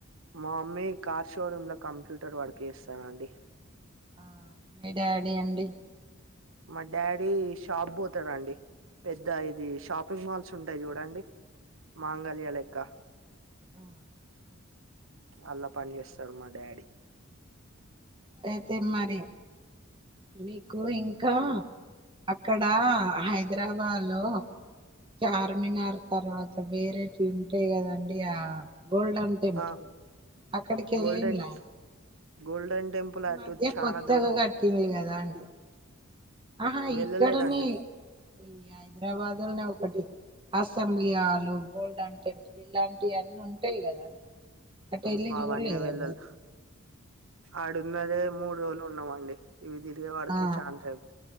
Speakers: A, on the right; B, on the right.
A: మా అమ్మీ కార్ షోరూమ్ లో కంప్యూటర్ వర్క్ చేస్తాారంండి
B: ఆ మీ డాడీ అండి
A: మా డాడీ షాప్ కి పోతాడండి పెద్ద ఇది షాపింగ్ మాల్స్ ఉంటాయి చూడండి మాంగళ్యా లెక్క
B: అ
A: అల్లా పని చేస్తాడు మా డాడీ
B: అయితే మరి మీకు ఇంకా అప్ ఇక్కడ హైద్రాబాద్ లో చార్మినార్ తర్వాత పేరేటీ ఉంటాయి కదండి ఆ గోల్డెన్ టెంపుల్
A: ఆ
B: అక్కడికి
A: గోల్డెన్
B: వెళ్ళిం లా
A: గోల్డెన్ టెంపుల్
B: ఈ
A: అటు
B: మధ్య
A: చాలా
B: కొత్తగా
A: దూరం
B: కట్టింది కదా అండి ఆహా
A: వెళ్ళలేదండి
B: ఇక్కడనే ఈ హైద్రాబాదునే ఒకటి అసెంబ్లీ ఆలు గోల్డెన్ టెంపుల్ ఇలాంటివన్నీ ఉంటాయి కదా అండి అటు
A: ఏమో
B: వెళ్ళి
A: ఆ
B: చూడలేదా
A: వన్ని వెళ్ళలు
B: మీరు
A: ఆడు చిన్నదే మూడు రోజులు ఉన్నా మండి ఇవి తిరిగే వాడికే
B: ఆ
A: ఛాన్స్ అయియి